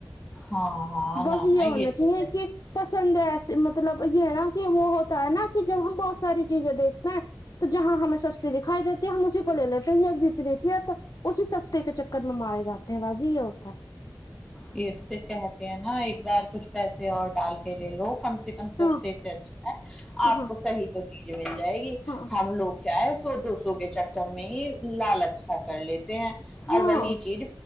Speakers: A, in the centre; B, on the left.
A: ہاں ہاں نہ
B: بس یہ
A: نہ
B: ہونا
A: تو
B: چاہیے
A: ہے
B: کہ پسند ہے ایسے مطلب یہ نا کہ وہ ہوتا ہے نا کہ جب ہم بہت ساری چیزیں دیکھتے ہیں تو جہاں ہمیں سستی دکھائی دیتے ہے ہم اس کو کو لے لیتے <unintelligible> اسی سستے کے چکر میں مارے جاتے ہیں با جی یہ ہوتا ہے
A: یہ تو کہتے ہیں نا ایک بار کچھ پیسے اور ڈال کے لے لو کم سے کم ستے
B: ہاں
A: سے اچھا ہے آپ
B: ہاں
A: کو صحیح تو چیز مل جائے گی
B: ہاں
A: ہم لوگ کیا ہے سو دو سو کے چکر میں ہی لالچ سا کر لیتے ہیں
B: ہاں
A: اور وہی چیز